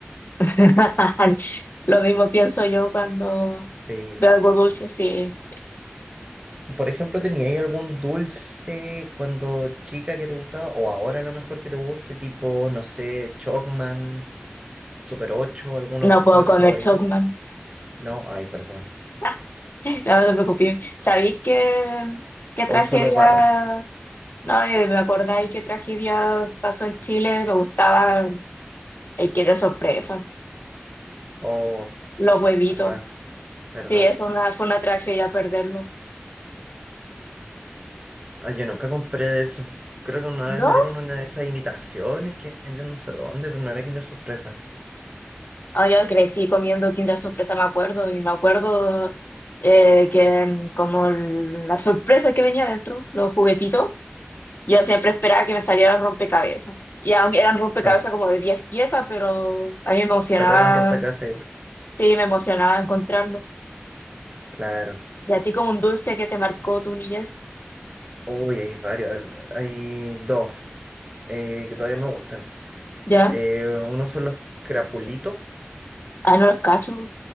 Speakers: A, on the left (about 55°); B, on the right (about 25°).
A: <laughs> Lo mismo pienso yo cuando
B: Sí.
A: veo algo dulce, sí.
B: Por ejemplo, ¿teníais algún dulce cuando chica que te gustaba? O ahora a lo mejor que te guste, tipo, no sé, Chocman, Super Ocho, alguno
A: No
B: que fuera
A: puedo
B: tu
A: comer
B: favorito.
A: chocman.
B: No, ay, perdón.
A: <laughs> No no te preocupes. ¿Sabéis qué, qué tragedia?
B: O solo barra.
A: No, eh, me acordáis qué tragedia pasó en Chile. Me gustaba el que de sorpresa,
B: Oh,
A: los huevitos.
B: verdad, verdad.
A: Sí, eso una, fue una tragedia perderlo.
B: Ay, yo nunca compré de eso. Creo que una vez
A: no
B: me dieron una de esas invitaciones que vendían no sé dónde, pero no era Kinder Sorpresa.
A: Ah, yo crecí comiendo Kinder Sorpresa, me acuerdo, y me acuerdo eh, que mm, como el- la sorpresa que venía dentro, los juguetitos, yo siempre esperaba que me salieran rompecabezas. Y aunque eran rompecabezas
B: <laughs>
A: como de 10 piezas, pero a mí me emocionaba,
B: Pero eran rompecabezas igual.
A: sí, me emocionaba encontrarlo.
B: Claro.
A: Y a ti como un dulce que te marcó tu niñez,
B: Uy, hay varios. Hay hay dos eh, que todavía me gustan.
A: ¿ya?
B: Eh, uno son los crapulitos,
A: Ah, no los cacho,